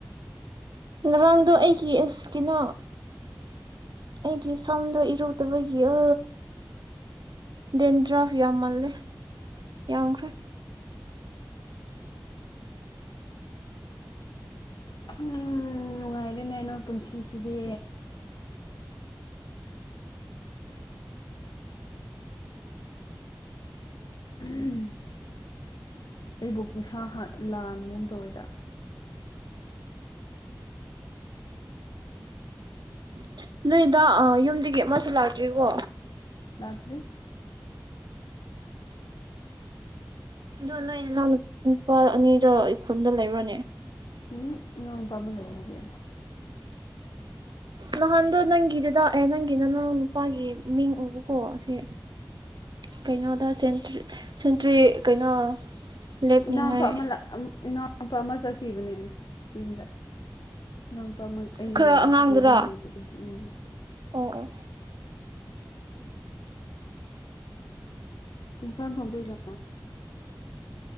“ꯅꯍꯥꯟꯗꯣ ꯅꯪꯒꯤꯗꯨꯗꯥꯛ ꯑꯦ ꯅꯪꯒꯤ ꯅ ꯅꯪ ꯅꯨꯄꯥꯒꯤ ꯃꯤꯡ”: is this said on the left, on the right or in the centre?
Right